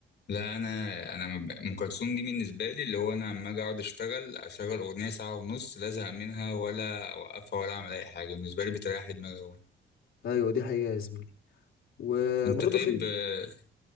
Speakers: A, on the left (about 55°); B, on the left (about 75°).
A: لا أنا أنا م- أم كلثوم دي بالنسبة لي اللي هو أنا لما أجي أقعد أشتغل أشغل أغنية ساعة ونص لا أزهق منها ولا أوقفها ولا أعمل أي حاجة بالنسبة لي بتريح لي دماغي أوي
B: أيوة دي حقيقة يا زميلي وبرضه
A: أنت طيب
B: في
A: آه،